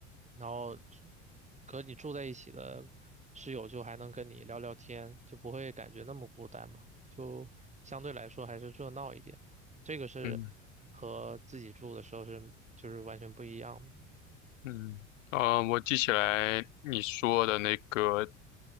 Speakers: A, on the right; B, on the left.
A: 然后只和你住在一起的室友就还能跟你聊聊天，就不会感觉那么孤单嘛，就相对来说还是热闹一点。这个是和自己住的时候是就是完全不一样的。
B: 嗯嗯，呃，我记起来你说的那个，